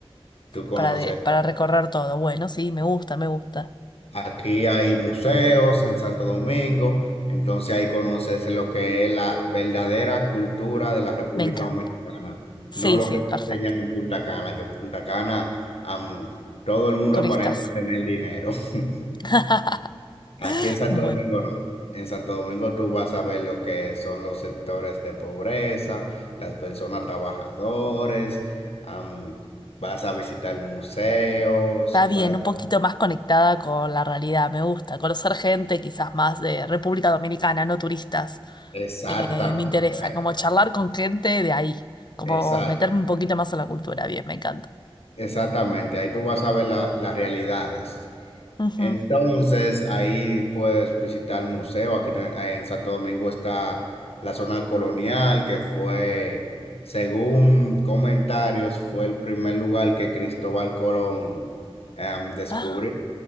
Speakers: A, on the left (about 75°); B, on the left (about 45°).
A: tú conoces.
B: para, de, para recorrer todo. Bueno, sí, me gusta, me gusta.
A: Aquí hay museos en Santo Domingo, entonces ahí conoces lo que es la verdadera cultura de la República
B: Me encanta.
A: Dominicana,
B: Sí,
A: no lo
B: sí,
A: que te
B: perfecto.
A: enseñan en Punta Cana, que en Punta Cana am, todo el mundo
B: Turistas.
A: aparenta tener dinero. <laughs>
B: <laughs>
A: Aquí en Santo
B: Bueno,
A: Domingo no. En Santo Domingo tú vas a ver lo que son los sectores de pobreza, las personas trabajadores, am, vas a visitar museos,
B: está bien,
A: vas...
B: un poquito más conectada con la realidad, me gusta. Conocer gente quizás más de República Dominicana, no turistas,
A: Exactamente,
B: eh, me interesa. Como charlar con gente de ahí, como
A: exacto.
B: meterme un poquito más en la cultura, bien, me encanta.
A: Exactamente, ahí tú vas a ver la- las realidades.
B: Ujú.
A: Entonces, ahí puedes visitar el museo. Aquí te- en Santo Domingo está la zona colonial, que fue, según comentarios, fue el primer lugar que Cristóbal Colón em, descubrió.
B: Ah,